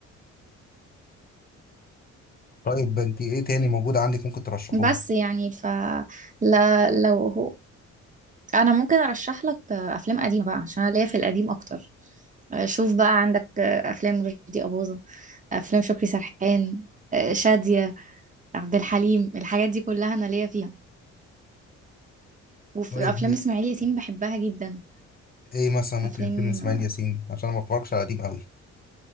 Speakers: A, on the left (about 30°); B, on the right (about 25°).
A: طيب انت ايه تاني موجود عندك ممكن ترشحه
B: بس
A: لي
B: يعني ف لا لو هو انا ممكن ارشح لك افلام قديمة بقى عشان أنا ليا في القديم اكتر شوف بقى عندك افلام رشدي أباظة افلام شكري سرحان آه، شادية عبد الحليم الحاجات دي كلها انا ليا فيها وفي
A: طيب
B: افلام اسماعيل ياسين بحبها جدا
A: ايه مثلا ممكن
B: افلام
A: فيلم اسماعيل ياسين عشان أنا ما بتفرجش على قديم قوي